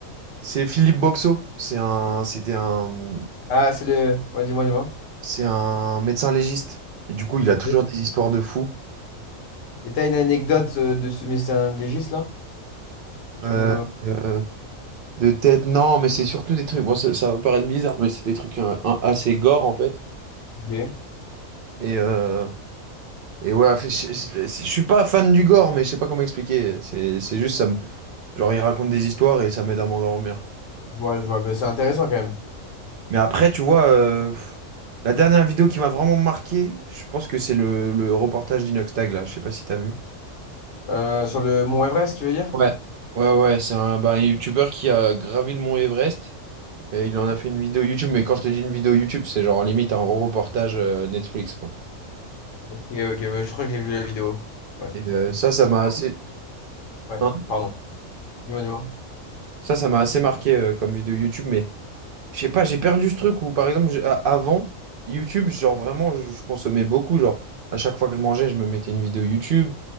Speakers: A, on the right; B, on the left.
A: c'est Philippe Boxo. C'est un, c'était un,
B: Ah, c'est le. Ouais, dis-moi, dis-moi.
A: c'est un médecin légiste. Et du coup, il
B: Ok.
A: a toujours des histoires de fous.
B: Et t'as une anecdote euh, de ce mystère légiste là? Tu
A: Euh,
B: peux me.
A: euh, De tête, non, mais c'est surtout des trucs. Bon, ça, ça va paraître bizarre, mais c'est des trucs euh, un- assez gore en fait.
B: Ok. Je
A: Et, euh, et ouais, fait- je, je- je suis pas fan du gore, mais je sais pas comment expliquer. C'est c'est juste, ça me... genre, ils racontent des histoires et ça m'aide à m'endormir.
B: vois, je vois, mais c'est intéressant quand même.
A: Mais après, tu vois, euh, pff, la dernière vidéo qui m'a vraiment marqué, je pense que c'est le, le reportage d'Inoxtag là. Je sais pas si t'as vu.
B: Euh, sur le Mont Everest, tu veux dire?
A: Ouais. Ouais, ouais, c'est un, bah, un youtubeur qui a gravi le mont Everest et il en a fait une vidéo YouTube. Mais quand je te dis une vidéo YouTube, c'est genre limite un reportage euh, Netflix, quoi.
B: Ok, ok, ouais, je crois que j'ai vu la vidéo. Ouais,
A: Et euh, ça, ça m'a assez,
B: ouais,
A: hein
B: pardon. Dis-moi, dis-moi.
A: ça, ça m'a assez marqué euh, comme vidéo YouTube, mais je sais pas, j'ai perdu ce truc où, par exemple, j'ai- a- avant YouTube, genre vraiment, je, je consommais beaucoup. Genre, à chaque fois que je mangeais, je me mettais une vidéo YouTube.